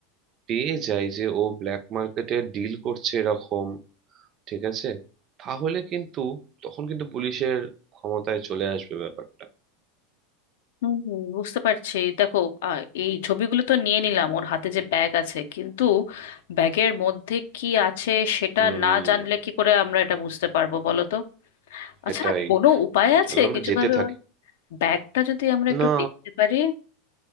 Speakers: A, on the right (about 30°); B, on the left (about 70°).
A: পেয়ে যাই যে ও ব্ল্যাক মার্কেটে ডিল করছে এরকম ঠিক আছে তাহলে কিন্তু তখন কিন্তু পুলিশের ক্ষমতায় চলে আসবে ব্যাপারটা
B: হুম হুম, বুঝতে পারছি দেখো আহ, এই ছবিগুলো তো নিয়ে নিলাম ওর হাতে যে ব্যাগ আছে কিন্তু ব্যাগের মধ্যে কি আছে সেটা
A: হুম
B: না জানলে কি করে আমরা এটা বুঝতে পারবো বলো তো আচ্ছা
A: সেটাই
B: কোনো উপায় আছে
A: চলো আমরা
B: কিছু
A: যেতে
B: ভাবে
A: থাকি
B: ওর ব্যাগটা যদি আমরা
A: না
B: একটু দেখতে পারি